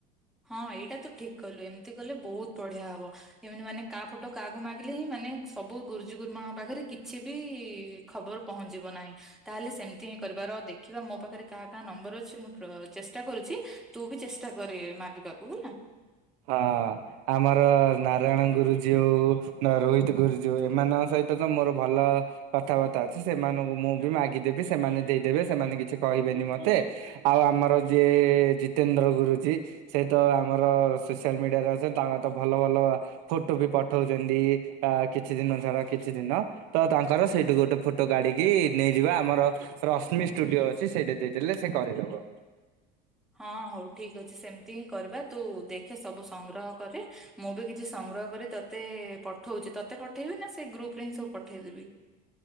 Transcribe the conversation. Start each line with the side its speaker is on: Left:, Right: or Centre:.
Centre: ହଁ ଏଇଟା ତ ଠିକ କଲୁ ଏମିତି କଲେ ବହୁତ ବଢିଆ ହବ ଏମିତି ମାନେ କାହା ପଟ। କହାକୁ ମାଗିଲେ ହିଁ ମାନେ ସବୁ ଗୁରୁଜୀ ଗୁରୁମାଙ୍କ ପାଖରେ କିଛି ବି ଖବର ପହଞ୍ଚିବ ନାହିଁ। ତାହେଲେ ସେମିତି ହିଁ କରିବା ରହ ଦେଖିବା ମୋ ପାଖରେ କାହା କାହା ନମ୍ବର ଅଛି ମୁଁ ଚେଷ୍ଟା କରୁଛି। ତୁ ବି ଚେଷ୍ଟା କରେ ମାଗିବାକୁ ହେଲା।
Right: ହଁ। ଆମର ନାରାୟଣ ଗୁରୁଜୀଉ ହଉ ରୋହିତ ଗୁରୁଜୀ ଏମାନଙ୍କ ସହିତ ତ ମୋର ଭଲ। କଥାବାର୍ତ୍ତା ଅଛି ସେମାନଙ୍କୁ ମୁଁ ବି ମାଗିଦେବି ସେମାନେ ଦେଇଦେବେ ସେମାନେ କିଛି କହିବେନି ମତେ। ଆଉ ଆମର ଯିଏ ଜିତେନ୍ଦ୍ର ଗୁରୁଜୀ ସେଇ ତ ଆମର। ସୋସିଆଲ ମିଡିଆରେ ଅଛନ୍ତି ତାଙ୍କର ତ ଭଲ ଭଲ। ଫଟୋ ବି ପଠଉଛନ୍ତି ଆ କିଛି ଦିନ ଛଡା କିଛି ଦିନ। ତ ତାଙ୍କର ସେଇଠୁ ଗୋଟେ ଫୋଟୋ କାଢିକି ନେଇଯିବା ଆମର। ରଶ୍ମି ଷ୍ଟୁଡିଓ ଅଛି ସେଇଠି ଦେଇଥିଲେ ସେ କରିଦବ।
Centre: ହଁ ହଉ ଠିକ ଅଛି ସେମତି ହିଁ କରିବା ତୁ ଦେଖେ ସବୁ ସଂଗ୍ରହ କରେ। ମୁଁ ବି କିଛି ସଂଗ୍ରହ କରି ତୋତେ ପଠଉଛି ତୋତେ ପଠେଇବି ନା ସେଇ ଗ୍ରୁପ ରେ ହିଁ ସବୁ ପଠେଇଦେବି।